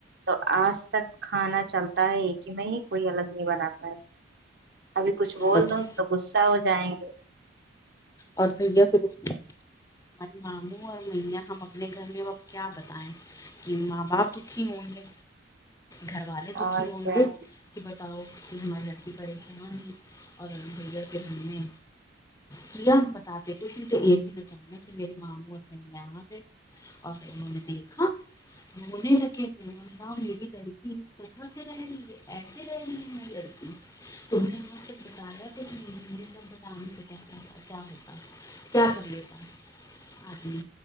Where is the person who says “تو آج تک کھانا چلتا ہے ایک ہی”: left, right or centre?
Right